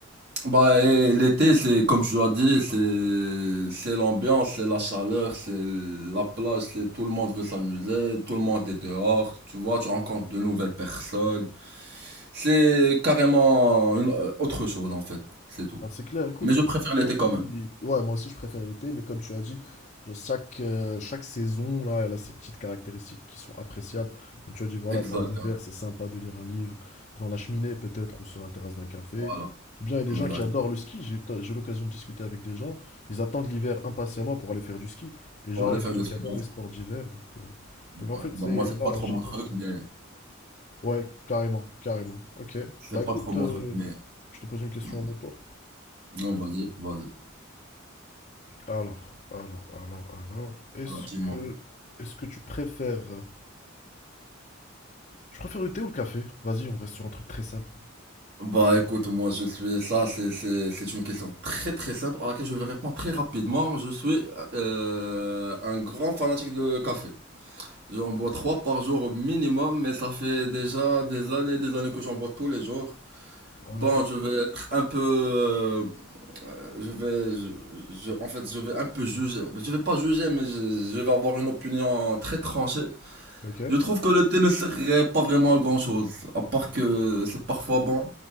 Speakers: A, on the right; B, on the left.
A: Bah, et l'été, c'est comme tu as dit, c'est c'est l'ambiance, c'est la chaleur, c'est la plage, c'est tout le monde veut s'amuser, tout le monde est dehors, tu vois, tu rencontres de nouvelles personnes. C'est carrément une euh, autre chose en fait, c'est tout.
B: Ah, c'est clair, écoute,
A: Mais je préfère
B: comme tu
A: l'été
B: as dit,
A: quand même.
B: ouais, moi aussi je préfère l'été, mais comme tu as dit, genre chaque, euh, chaque saison, là, elle a ses petites caractéristiques qui sont appréciables. Comme tu as dit, voilà,
A: Exactement.
B: pendant l'hiver, c'est sympa de lire un livre devant la cheminée, peut-être, ou sur la terrasse d'un café.
A: Voilà.
B: Ou bien, il y a des gens
A: Exact.
B: qui adorent le ski. J'ai eu, t- j'ai eu l'occasion de discuter avec des gens. Ils attendent l'hiver impatiemment pour aller faire du ski. Les
A: Pour
B: gens,
A: aller
B: il y
A: faire
B: a des
A: des
B: gens qui
A: skis.
B: adorent les sports d'hiver. Donc, euh, donc, en
A: Ouais.
B: fait,
A: Bah
B: c'est,
A: moi c'est
B: voilà,
A: pas trop
B: chacun
A: mon truc,
B: son.
A: mais
B: Ouais, carrément, carrément. Ok.
A: c'est
B: Bah, écoute,
A: pas trop mon
B: euh,
A: truc, mais
B: je te pose une question
A: mm,
B: à mon tour.
A: non, vas-y, vas-y.
B: Alors, alors, alors, alors, est-ce
A: Alors dis-moi.
B: que, est-ce que tu préfères, tu préfères le thé ou le café? Vas-y, on reste sur un truc très simple.
A: Bah écoute, moi je suis ça, c'est c'est c'est une question très très simple à laquelle je vais répondre très rapidement. Je suis euh, un grand fanatique de café. J'en bois trois par jour au minimum, mais ça fait déjà des années, des années que j'en bois tous les jours.
B: Ouais,
A: Bon, je vais être un peu, euh, euh, je vais, je, je- en fait, je vais un peu juger. Je vais pas juger, mais je, je vais avoir une opinion très tranchée.
B: ok. En
A: Je trouve que le thé ne sert pas vraiment à grand chose, à part que c'est parfois bon,